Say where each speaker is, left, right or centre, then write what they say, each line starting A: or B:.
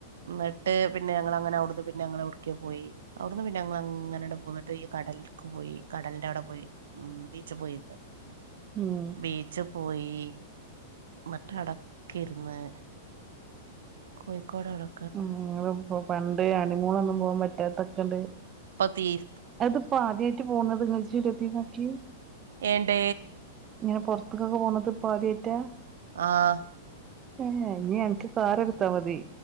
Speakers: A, on the right (about 85°); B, on the right (about 25°).
A: ന്ന്ട്ട് പിന്നെ ഞങ്ങള അങ്ങനെ അഒട്ന്ന് പിന്നെ ഞങ്ങള ട്ക്കെ പോയി? അഒട്ന്ന് പിന്നെ ഞങ്ങള ങ്ങനെ ണ്ട് പോന്ന്ട്ട് ഈ കടൽക്ക് പോയി കടൽന്റെ അവടെ പോയി ഉം ബീച്ച് പോയി. ഇരുന്ന്
B: ഉം
A: ബീച്ച് പോയി മറ്റടക്ക ഇര്ന്ന് കോഴിക്കോടാണോ?
B: ഉം ങ്ങൾ പ്പൊ പണ്ടേ ഹണിമൂളൊന്നും പോവാൻ പറ്റാത്തൊക്കെണ്ട്
A: പത്തീര്
B: അത്പ്പോ ആദ്യായിട്ട് പോകുന്നത് <unintelligible>
A: ഏണ്ട്?
B: ഇങ്ങനെ പൊർത്ത്ക്കൊക്കെ പോകുന്നത് പ്പോ ആദ്യയിട്ടാ?
A: ആഹ്
B: ഏ ഹേ ഇനി ഞങ്ങക്ക് കാർ എടുത്താ മതി